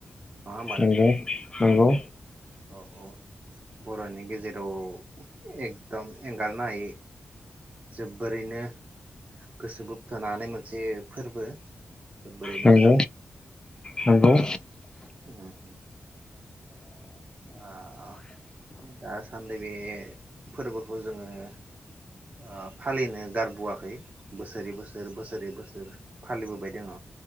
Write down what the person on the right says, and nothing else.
नङा होमबा
नोंथां?
औ औ बर'नि गेजेराव एकदम एंगारनो हायै जोब्बोरैनो गोसो बोबथानो हानाय मोनसे फोरबो जोबबोरैनो
मोजां
ओ उम उम आ अ दा सान्दै बे फोरबोखौ जोङो ओ फालिनो गारबोआखै बोसोरै बोसोर बोसोरै बोसोर फालिबोबाय दङ